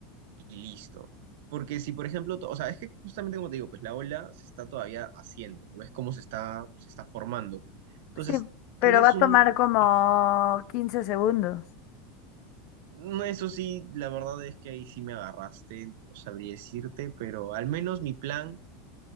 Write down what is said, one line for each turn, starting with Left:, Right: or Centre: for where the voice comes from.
Right: y listo. Porque si, por ejemplo, to- o sea, es que justamente como te digo, pues la ola se está todavía haciendo, ¿no? ¿Ves cómo se está, se está formando? Entonces,
Left: Sí, pero
Right: tienes
Left: va a tomar
Right: un...
Left: como
Right: Tiempo.
Left: 15 segundos.
Right: No, eso sí, la verdad es que ahí sí me agarraste, no sabría decirte, pero al menos mi plan